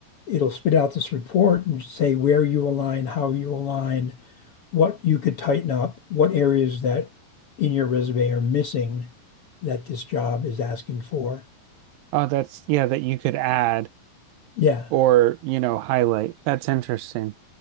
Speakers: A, on the left; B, on the right.
A: it'll spit out this report and say where you align, how you align, what you could tighten up, what areas that in your resume are missing that this job is asking for.
B: Oh, that's yeah, that you could add
A: Yeah.
B: or, you know, highlight. That's interesting.